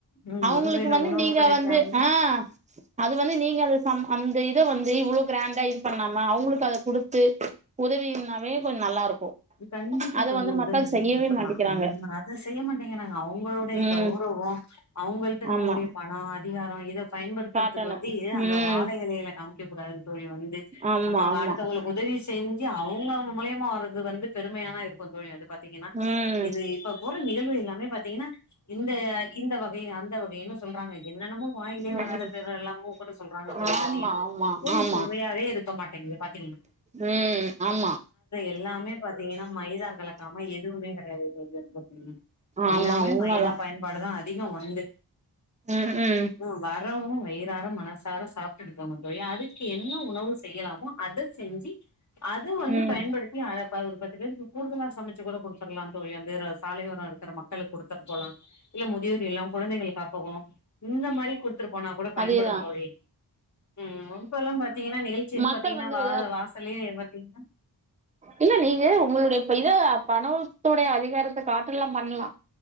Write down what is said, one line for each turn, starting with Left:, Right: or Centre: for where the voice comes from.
Left: ம்
Right: அவுங்களுக்கு
Left: ஒருவேள
Right: வந்து
Left: உணவு
Right: நீங்க
Left: கெடைக்காம
Right: வந்து ஆ.... அது வந்து நீங்க அந்த இத வந்து இவ்ளோ கிராண்டா இது பண்ணாம அவுங்களுக்கு அத குடுத்து உதவினாவே கொஞ்சோ நல்லா இருக்கு
Left: கண்டிப்பா
Right: அத
Left: தோழி
Right: வந்து
Left: உத
Right: மக்கள் செய்யவே
Left: குடுத்துலா
Right: மாட்டிக்கிறாங்க
Left: உம் அத செய்ய மாட்டீங்கராங்க அவுங்களுடைய
Right: ம்
Left: கௌரவோ அவுங்கள்ட இருக்கக்கூடிய
Right: ஆமா
Left: பணோ அதிகாரம் இத பயன்படுத்துறதுக்கு
Right: காட்டணு
Left: வந்து ஏ அந்த
Right: ம்
Left: வாழ இலையில காமிக்க கூடாது தோழி வந்து
Right: ஆமா
Left: நம்ம
Right: ஆமா
Left: அடுத்தவங்களுக்கு உதவி செஞ்சு அவுங்கவுங்க மூலியமா வர்றது வந்து பெருமையாத இருக்கு தோழி வந்து ப தீங்கன்னா
Right: ம்
Left: இது இப்ப போடுற நிகழ்வு எல்லாம் லாமே பாத்தீங்கன்னா இந்த இந்த வகை அந்த வகைனு சொல்றாங்க என்னென்னமோ வாயிலயே
Right: ம்
Left: வராத பேர் எல்லாமோ கூட சொல்றாங்க தோழி
Right: ஆமா
Left: பாத்தீங்கன்னா
Right: ஆமா
Left: ஒன்னு
Right: ஆமா
Left: சுவையாவே இருக்க மாட் தண்ணிய பாத்துருவீங்க
Right: ம் ஆமா
Left: எல்லாமே பாத்தீங்கன்னா மைதா கலக்காம எதுவுமே கெடையாது தோழி அதுல அப்டின் எல்லாமே
Right: ஆமா உண்மதா
Left: மைதா பயன்பாடுதா அ அதிகோ ஒண்டு
Right: ம் ம்
Left: ஓ வார் அப்புறோ அவுங்க வயிர்றார மனசார சாப்டுட்டு போவாங்க தோழி அதுக்கு என்ன உணவு செய்யலாமோ அத செஞ்சி அது வந்து
Right: ம்
Left: பயன்படுத்தி அர ஆ அது ஒரு பத்து பேருக்கு கூடுதலா சமச்சு கூட குடுத்தர்லாம் தோழி வந்து சாலையோரோ இருக்குற மக்களுக் குடுத்துட் போலா இல்ல முதியோர் இல்லோம் குழந்தைகள் காப்பகோ இந்த மாரி குடுத்துருப்போன்னா கூட பயன்படும்
Right: அதேதா
Left: தோழி ம் இப்ப எல்லாம் பாத்தீங்கன்னா நிகழ்ச்சியெல்லாம்
Right: மக்கள்
Left: பாத்தீங்கன்னா
Right: வந்து
Left: வா வாசலே பாத்தீங்கன்
Right: இல்ல நீங்க உங்களுடைய இப்ப இத பணவத்தோடைய அதிகாரத்த காட்ட எல்லாம் பண்லா